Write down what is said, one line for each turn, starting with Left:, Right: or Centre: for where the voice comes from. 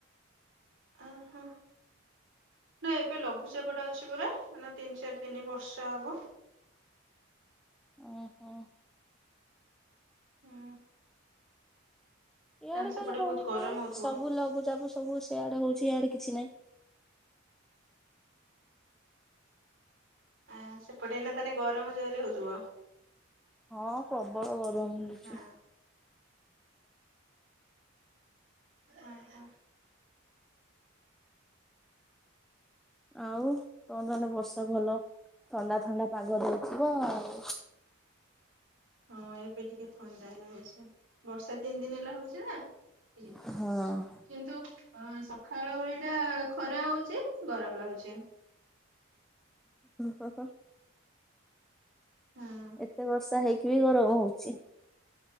Right: ଓହୋ। ଏବେ ଲଘୁଚାପଟା ଅଛି ପୁରା ଏନା ତିନି ଚାରି ତିନି ବର୍ଷା ହବ।
Centre: ଓହୋ।
Right: ହୁଁ।
Centre: ଇଆଡେ
Right: ତାହେଲେ ସେପଟେ
Centre: କାଇଁ ହଉନି
Right: ବହୁତ ଗରମ
Centre: କେଜାଣି?
Right: ହଉଥିବ
Centre: ସବୁ ଲଘୁଚାପ ସବୁ ସିଆଡେ ହଉଚି ଇଆଡେ କିଛି ନାହିଁ।
Right: ଆ ସେପଟେ ଏଇନା ତାନେ ଗରମ ଜୋରେ ହଉଥିବ?
Centre: ହଁ ପ୍ରବଳ ଗରମ ହଉଚି।
Right: ନା। ଓହୋ।
Centre: ଆଉ ତମ ଧାନେ ବର୍ଷା ଭଲ ଥଣ୍ଡା ଥଣ୍ଡା ପାଗ ଦଉଥିବ ଆଉ।
Right: ହଁ ଏବେ ଟିକେ ଥଣ୍ଡା ଲାଗୁଛି। ବର୍ଷା ତିନି ଦିନ ହେଲା ହଉଚି ନା <unintelligible>
Centre: ଆଉ।
Right: ଟା ଅଛି। କିନ୍ତୁ ଅ ସଖାଳ ଓଳିଟା ଖରା ହଉଚି ଗରମ ଲାଗୁଚି।
Centre: ହଁ।
Right: ହଁ
Centre: ଏତେ ବର୍ଷା ହେଇକି ବି ଗରମ ହଉଚି।